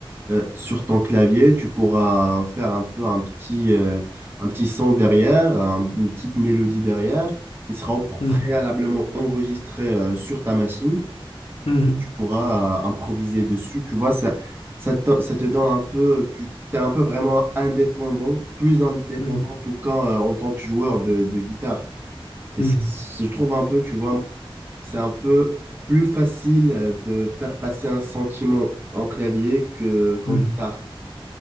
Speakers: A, on the right; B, on the left.
A: euh, sur ton clavier, tu pourras faire un peu un petit, euh, un petit son derrière, un- une petite mélodie derrière, qui sera au-
B: Mhm,
A: préalablement enregistrée euh, sur ta machine
B: mhm,
A: et tu pourras euh, improviser dessus. Tu vois, ça, ça te, ça te donne un peu, tu es un peu vraiment indépendant, plus indépendant
B: mhm,
A: en tout cas euh, en tant que joueur de, de guitare. Et
B: mhm,
A: c'est- je trouve un peu, tu vois, c'est un peu plus facile euh, de faire passer un sentiment en clavier que, qu'en
B: mhm.
A: guitare.